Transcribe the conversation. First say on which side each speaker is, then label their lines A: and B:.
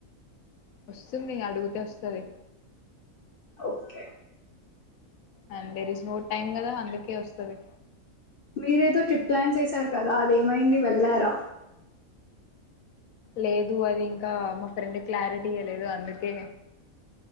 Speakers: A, on the left (about 75°); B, on the left (about 50°).
A: వస్తుంది అడుగుతే వస్తది
B: okay
A: and there is more time కదా అందుకే వస్తది
B: మీరేదో ట్రిప్ ప్లాన్ చేసారు కదా అది ఏమైంది వెళ్లారా
A: లేదు అది ఇంకా మా ఫ్రెండ్ క్లారిటిగా లేదు అందుకే